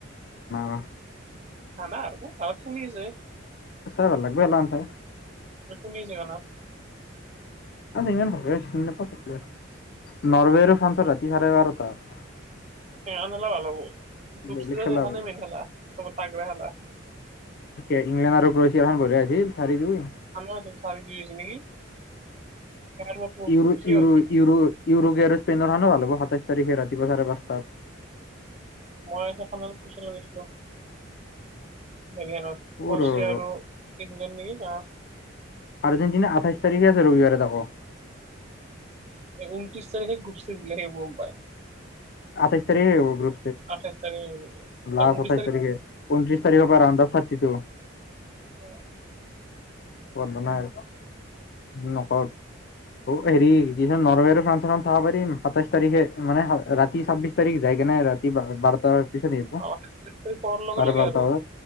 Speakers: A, on the left; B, on the right.
A: অ
B: ঘানা আৰু। আগত কোনে আছে,
A: চাই ভাল লাগব এইগিলাখান চাই
B: কোনে আছে ঘানাত?
A: ইমান ভালকে চিনি নাপাওঁ ভালকে, নৰৱে আৰু ফ্ৰান্সৰ ৰাতি চাৰে বাৰটাত।
B: সেইখন খেলা ভাল হ'ব গ্ৰুপ
A: বেলেগ
B: ষ্টেজৰ
A: খেলা
B: সেইখনে
A: হ'ব
B: মেইন খেলা চব তাগৰা খেলা।
A: এতিয়া ইংলেণ্ড আৰু ক্ৰৱেছিয়াৰ খন বৰিয়া হৈছিল চাৰিদিন।
B: সানেও আছিল চাৰি দিন হৈছে নেকি? <unintelligible>
A: ইউৰো ইউৰো ইউৰো ইউৰোপী আৰু স্পেইনৰ খনো ভাল হ'ব সাতাইছ তাৰিখে ৰাতিপুৱা চাৰে পাঁচটাত।
B: মই সেইখনৰ পিচলে গৈছিলো। হেৰীখানত
A: অ'
B: কোচি
A: ৰ ৰ
B: আৰু ইংলেণ্ড নেকি অঁ।
A: আৰ্জেণ্টিনা আঠাইছ তাৰিখে আছে ৰবিবাৰে তাকো।
B: এই ঊনত্ৰিছ তাৰখে গ্ৰুপচোপ বিলাকে গম পায়।
A: আঠাইছ তাৰিখেহে হব ব্ৰু।
B: আঠাইছ তাৰিখে নেকি
A: লাষ্ট
B: ঊনত্ৰিছ
A: আঠাইশ তাৰিখে ঊনত্ৰিশ তাৰিখৰ পৰা ৰাউণ্ অফ থাৰ্টি টো।
B: অ
A: বন্ধ নাই নকৰত অ হেৰি কি <unintelligible> নৰৱেৰিৰ ফানচন খন চাব পাৰিম সাতাইশ তাৰিখে মানে ৰাতি ছাব্বিশ তাৰিখ যায় কিনে ৰাতি বাৰটাৰ পিছত আহিব
B: অ আঠাইছ তাৰিখ পৰাৰ লগে
A: চাৰে
B: লগে
A: বাৰটা
B: আৰু
A: বজাত